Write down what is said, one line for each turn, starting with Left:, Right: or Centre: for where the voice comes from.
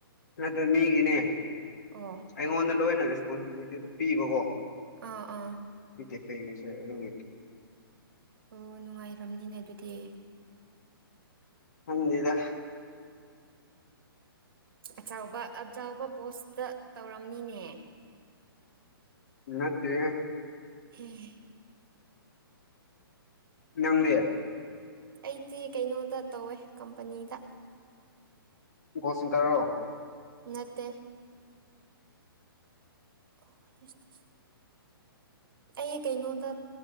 Left: ꯅꯠꯇꯦ ꯃꯤꯒꯤꯅꯦ
Right: ꯑꯣ
Left: ꯑꯩꯉꯣꯟꯗ ꯂꯣꯏꯅ ꯔꯦꯁꯄꯣꯟꯁꯤꯕꯤꯂꯤꯇꯤ ꯄꯤꯕꯀꯣ
Right: ꯑꯥ ꯑꯥ
Left: ꯀ‌‌ꯦꯐ‌ꯦꯒꯤꯁ‌ꯦ ꯑꯗꯨꯒꯤꯅꯤ
Right: ꯑꯣ ꯅꯨꯡꯉꯥꯏꯔꯝꯅꯤꯅꯦ ꯑꯗꯨꯗꯤ
Left: ꯈꯪꯗꯦꯗ
Right: ꯑꯆꯥꯎꯕ ꯑꯆꯥꯎꯕ ꯄꯣꯁꯇ ꯇꯧꯔꯝꯅꯤꯅꯦ
Left: ꯅꯠꯇꯦ
Right: ꯍꯦ
Left: ꯅꯪꯗꯤ
Right: ꯑꯩꯗꯤ ꯀꯩꯅꯣꯗ ꯇꯧꯋꯦ ꯀꯝꯄꯅꯤꯗ
Left: ꯒꯣ ꯁꯦꯟꯇꯔꯔꯣ
Right: ꯅꯠꯇꯦ <inaudible> ꯑꯩ ꯀꯩꯅꯣꯗ